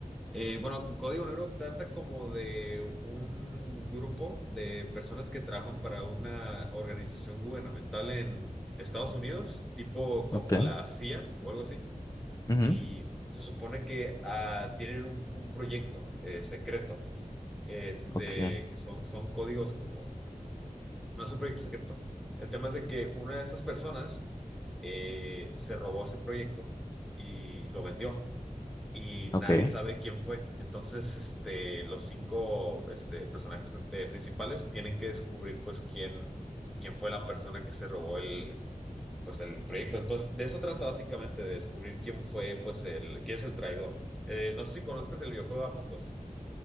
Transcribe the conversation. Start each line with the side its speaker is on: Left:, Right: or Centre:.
Centre: Eh, bueno, Código Negro trata como de un grupo de personas que trabajan para una organización gubernamental en Estados Unidos, tipo como
Left: Ok,
Centre: la CIA o algo así,
Left: ujú,
Centre: y se supone que ah, tienen un, un proyecto eh, secreto, este,
Left: ok,
Centre: que son, son códigos como, no es un proyecto secreto. El tema es de que una de esas personas eh, se robó ese proyecto y lo vendió y nadie
Left: ok.
Centre: sabe quién fue. Entonces, este, los cinco, este, personajes pri- eh, principales tienen que descubrir, pues, quién, quién fue la persona que se robó el, pues, el proyecto. Entonces, de eso trata básicamente, de descubrir quién fue, pues, el, quién es el traidor. Eh, no sé si conozcas el videojuego Among Us.